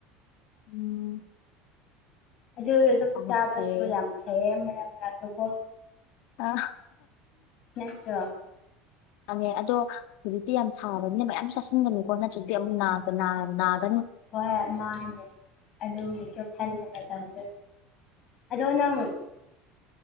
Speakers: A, on the left (about 65°); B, on the left (about 45°).
A: ꯎꯝ
B: ꯑꯗꯨ ꯑꯗꯨꯝ
A: ꯍꯣꯏ
B: ꯆꯥꯕꯁꯨ
A: ꯐꯩꯌꯦ
B: ꯌꯥꯝ ꯐꯩꯌꯦ ꯃꯔꯝ ꯑꯗꯨꯀꯣ
A: ꯑ
B: ꯅꯠꯇ꯭ꯔ
A: ꯃꯥꯅꯦ ꯑꯗꯣ ꯍꯧꯖꯤꯛꯇꯤ ꯌꯥꯝ ꯁꯥꯕꯅꯤꯅ ꯃꯌꯥꯝ ꯆꯥꯁꯤꯟꯒꯅꯤꯀꯣ ꯅꯠꯇ꯭ꯔꯗꯤ ꯑꯃꯨꯛꯅꯥ ꯅꯥꯒꯅꯤ
B: ꯍꯣꯏ ꯃꯥꯅꯦꯦ ꯑꯗꯨꯒꯤꯁꯨ ꯈꯟꯗꯅꯅꯦ ꯑꯗꯣꯅ